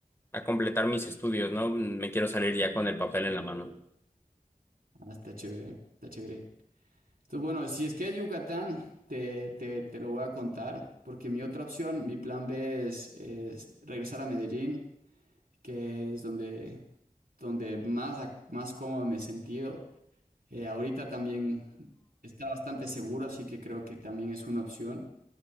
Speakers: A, on the left (about 15°); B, on the right (about 80°).
A: a completar mis estudios, ¿no? Me quiero salir ya con el papel en la mano.
B: Ah, está chévere, está chévere. Entonces, bueno, si es que es Yucatán, te, te, te lo voy a contar, porque mi otra opción, mi plan B es, es regresar a Medellín, que es donde, donde más, ac- más cómodo me he sentido. Eh, ahorita también está bastante seguro, así que creo que también es una opción.